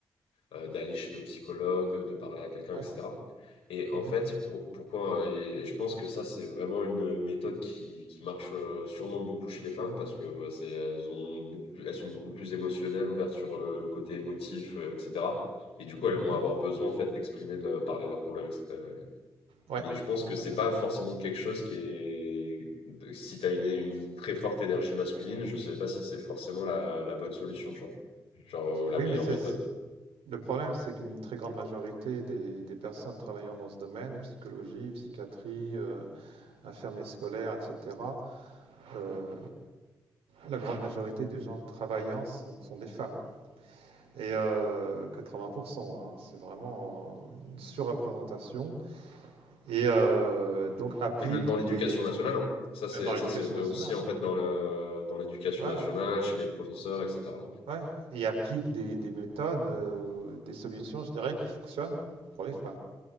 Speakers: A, on the left; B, on the right.
A: euh, d'aller chez le psychologue, de de parler à quelqu'un,
B: Ouais.
A: etc. Et en
B: Mhm.
A: fait, pour- pourquoi, euh, et je pense que ça, c'est vraiment une méthode qui, qui marche euh, sûrement beaucoup chez les femmes parce que euh, c'est, elles ont beaucoup plus- elles sont beaucoup plus émotionnelles, ouvertes sur le, le côté émotif, euh, etc. Et du coup, elles
B: Mmh
A: vont avoir besoin en fait d'exprimer, de leur- parler de leurs problèmes, etc.
B: Ouais,
A: Mais je pense que c'est
B: ouais, ouais.
A: pas forcément quelque chose qui est. Si t'as une, une très forte énergie masculine, je sais pas si c'est forcément la, la bonne solution, tu vois. Genre, euh, la
B: Oui,
A: meilleure
B: mais c'est
A: méthode.
B: c'est le problème, c'est qu'une très grande majorité des des personnes travaillant dans ce domaine, psychologie, psychiatrie, heu, infirmiers scolaires et cetera, heu, la grande majorité des gens travaillant sont sont des femmes et heu, 80 hein. C'est vraiment une surreprésentation et heu, donc applique
A: Et même dans l'éducation
B: des
A: nationale, hein. Ça, c'est,
B: même dans l'éducation
A: ça, c'est vrai
B: nationale.
A: aussi, en fait, dans le, dans l'éducation
B: Voilà,
A: nationale, chez les professeurs, etc.
B: ouais et applique des des méthodes, heu, des solutions, je dirais, qui fonctionnent pour les femmes.